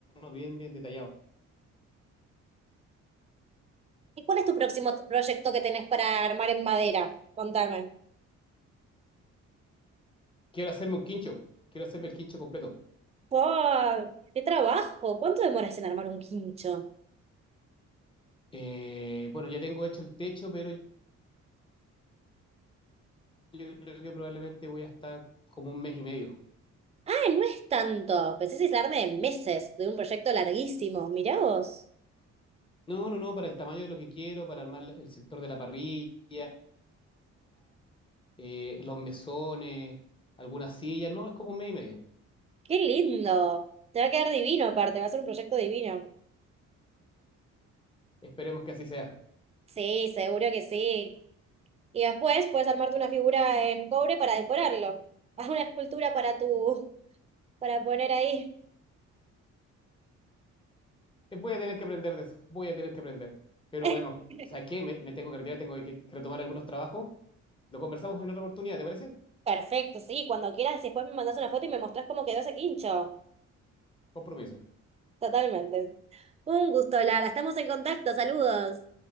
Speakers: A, on the left; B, on the right.
A: bien, bien detallado.
B: ¿Y cuál es tu próximo t- proyecto que tenés para armar en madera? Contame.
A: Quiero hacerme un quincho, quiero hacerme el quincho completo.
B: ¡Wow! ¡Qué trabajo! ¿Cuánto demoras en armar un quincho?
A: Eh, bueno, ya tengo hecho el techo, pero yo creo que probablemente voy a estar como un mes y medio.
B: Ah, no es tanto. Pensé que es darme de meses de un proyecto larguísimo. Mirá vos.
A: No, no, no, para el tamaño de lo que quiero, para armar el sector de la parrilla, eh, los mesones, algunas sillas, no, es como un mes y medio.
B: ¡Qué lindo! Te va a quedar divino aparte, va a ser un proyecto divino.
A: Esperemos que así sea.
B: Sí, seguro que sí. Y después puedes armarte una figura en cobre para decorarlo. Haz una escultura para tu, para poner ahí.
A: Eh, Voy a tener que aprender de eso, voy a tener que aprender. Pero
B: <laughs>
A: bueno, ¿sabes qué? Me, me tengo que retirar, tengo que, que retomar algunos trabajos. Lo conversamos en otra oportunidad, ¿te parece?
B: Perfecto, sí, cuando quieras, después me mandas una foto y me mostrás cómo quedó ese quincho.
A: Compromiso.
B: Totalmente. Un gusto, Lara. Estamos en contacto. Saludos.